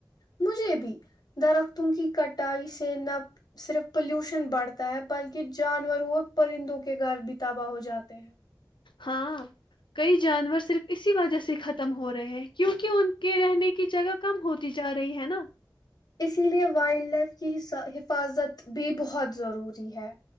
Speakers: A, on the left; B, on the left.
A: مجھے بھی درختوں کی کٹائی سے نہ صرف پولوشن بڑھتا ہے بلکہ جانوروں اور پرندوں کے گھر بھی تباہ ہو جاتے ہیں
B: ہاں کئی جانور صرف اسی وجہ سے ختم ہو رہے ہیں کیونکہ ان کے رہنے کی جگہ کم ہوتی جا رہی ہے نا
A: اسی لیے وائلڈ لائف کی حفاظت بھی بہت ضروری ہے